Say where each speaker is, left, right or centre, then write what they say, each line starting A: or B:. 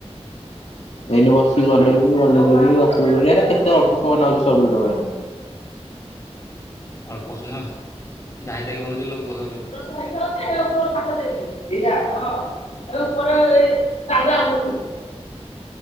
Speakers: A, on the left; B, on the left.
A: ଏଇନେ ବିସିକି ବନେଇବି ବନେଇଦେଇକି ଅପଲୋଡ଼ କରିବି ଏଟା କେଟେ ଅଳ୍ପ ସମୟ ନାଗୁଛି ସର୍ଟ ଭିଡିଓ ପାଇଁ।
B: ଅଳ୍ପ ସମୟ ଯାଇ ତାଇକି ପାଇଁ କି ବନୋଉଚ ବୋଲି ଅପ୍ଲ ସମୟ ଲାଗୁଛି।
A: <unintelligible> <unintelligible>